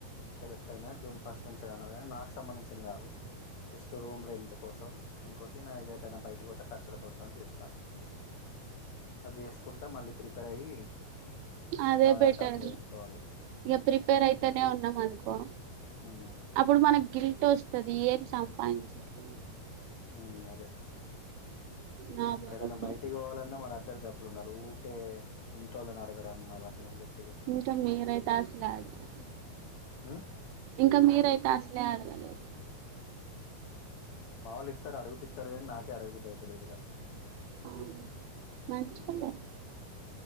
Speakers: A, on the left; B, on the right.
A: సెలెక్ట్ అయినా జూన్ ఫస్ట్ నుంచి రా అన్నారు గానీ నాకు సంబంధించింది గాదు జస్ట్ రూమ్ రెంట్ కోసం ఇంకోటి నా ఇగ యేటైనా బయటకి పోతే ఖ ర్చుల కోసం అని జేస్తా అది జేసుకుంటా మళ్ళీ ప్రిపేర్ అయ్యి
B: అదే
A: నా దానికి
B: బెటర్
A: అప్లై చేసుకోవాలి
B: ఇగ
A: ఉమ్
B: ప్రిపేర్ అయితనే ఉ న్నమ్ అనుకో
A: ఉమ్
B: అప్పుడు మనకు గిల్టి ఎట్ట వస్తది ఏం సంపాదించట్లేదు
A: ఉమ్ అదే
B: నా
A: ఇప్పుడు
B: బాధ
A: ఎటన్నా
B: కూడా
A: బయటికి బోవాలన్నా మన దగ్గర డబ్బులు ఉండాలి ఊకే ఇంట్లోళ్ళను అడగడం మాళ్ళం ఏం జెప్
B: ఇంకా మీరైతే అసలే అడగలేరు
A: ఆ
B: ఇంకా మీరైతే అసలే అడగలేరు
A: మావోళ్ళు ఇత్తరు అడుగుతే ఇత్తరు గాని నాకే అడగబుద్ పైతలేదుగా
B: అవును మంచోళ్ళే
A: ఉమ్